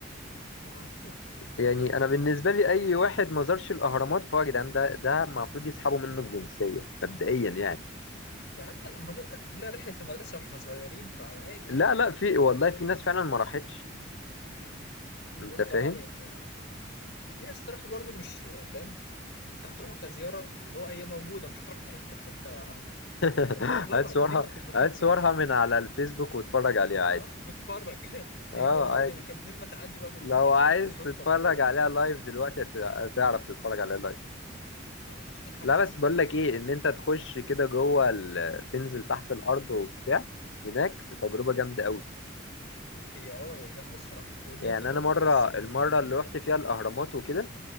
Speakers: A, on the left (about 60°); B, on the left (about 75°).
A: اه
B: يعني انا بالنسبه لي اي واحد ما زارش الاهرامات فهو يا جدعان ده ده المفروض يسحبوا منه الجنسيه مبدئيا يعني
A: يا عم الاهرامات ده كلها رحله المدرسه واحنا صغيرين فعلى عادي
B: لا
A: يعني
B: لا في والله في ناس فعلا ما راحتش
A: دول
B: انت فاهم
A: بقى يعني ما... هي الصراحه برضو مش فاهم انت هتروحه كزياره اللي هو هي موجوده مش هتروح في حته فانت
B: <laughs>
A: بروح لها
B: هات
A: بعد
B: صورها
A: منين ما بتبقى فاهم
B: هات
A: في
B: صورها من على الفيسبوك واتفرج عليها عادي
A: اه وبتفرج <laughs>
B: اه
A: هي موجوده
B: عادي
A: ما كان منين ما تعدي بقى بالمره
B: لو
A: ب-
B: عايز
A: صدفه
B: تتفرج
A: بروح
B: عليها لايف دلوقتي هت- هتعرف تتفرج عليها لايف
A: اه، افتح هتشوف
B: لا بس بقول
A: عادي
B: لك ايه ان انت تخش كده جوه ال- تنزل تحت الارض وبتاع هناك تجربه جامده قوي
A: هي اه هي جامده الصراحه وان
B: يعني
A: انت تقف
B: انا مره
A: تحس ان
B: المره
A: ال... ال-
B: اللي رحت فيها الاهرامات وكده